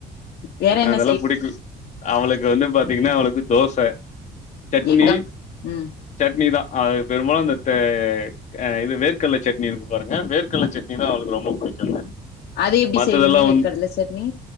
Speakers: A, on the left (about 65°); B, on the left (about 45°).
A: வேற என்ன
B: அதெல்லா
A: செய்
B: புடிக்கு அவளுக் இங்க வந்து பாத்தீங்னா அவளுக்கு தோச சட்னி
A: எங்க ம்.
B: சட்னி தா அது பெரும்பாலு இந்த த அ இது வேர்கட்ல சட்னி இருக்கு பாருங்க வேர்க் கட்ல சட்னி தா அவளுக்கு
A: அ
B: ரொம்ப புடிக்குங்க
A: அது எப்டி
B: மத்ததெல்லா
A: செய்வீங்க?
B: வந்
A: வேர்க்கடல சட்னி?